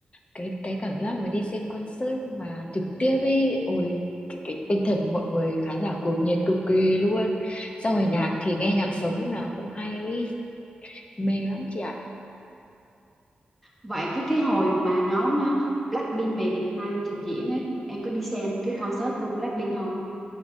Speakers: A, on the left; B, in the centre.
A: cái cái cảm giác mà đi xem concert mà trực tiếp ấy ôi cái, cái tinh thần mọi người khán giả cuồng nhiệt cực kỳ luôn sau rồi nhạc thì nghe nhạc sống lúc nào cũng hay ý. mê lắm chị ạ
B: vậy cái cái hồi mà nhóm ờ, Blackpink về Việt Nam trình diễn ấy em có đi xem cái concert của Blackpink không